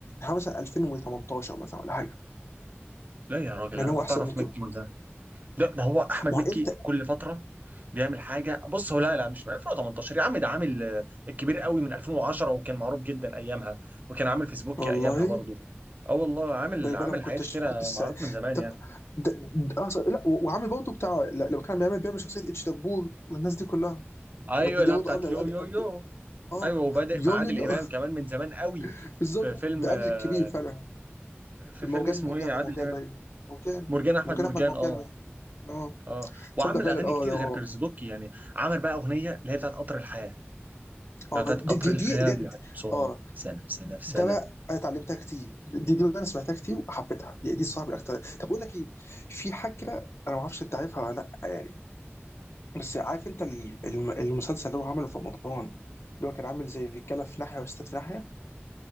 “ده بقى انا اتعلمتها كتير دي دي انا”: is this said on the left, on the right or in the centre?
Left